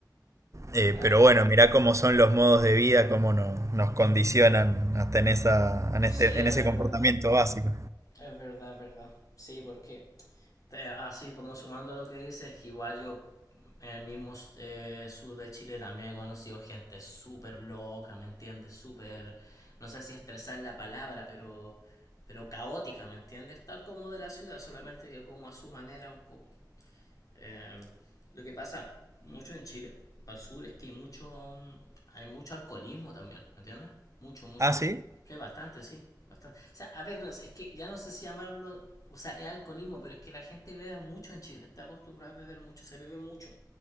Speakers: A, on the right; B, on the left.
A: Eh,
B: claro,
A: pero
B: sí.
A: bueno, mirá cómo son los modos de vida, cómo no- nos condicionan hasta en esa, en
B: Sí,
A: este,
B: es
A: en ese
B: verdad.
A: comportamiento básico.
B: Es verdad, es verdad. Sí, porque te- así como sumando a lo que dices, igual yo en el mismo eh, sur de Chile también he conocido gente súper loca, ¿me entiendes? Súper, no sé si estresar la palabra, pero, pero caótica, ¿me entiendes? Tal como de la ciudad, solamente que como a su manera un poco. Eh, lo que pasa mucho en Chile, para el sur, es que hay mucho, hay mucho alcoholismo también, ¿entiendes? Mucho, mucho.
A: ¿Ah, sí?
B: Sí, bastante, sí, bastante. O sea, a ver, no sé, es que ya no sé si llamarlo, o sea, es alcoholismo, pero es que la gente bebe mucho en Chile, está acostumbrada a beber mucho, se bebe mucho.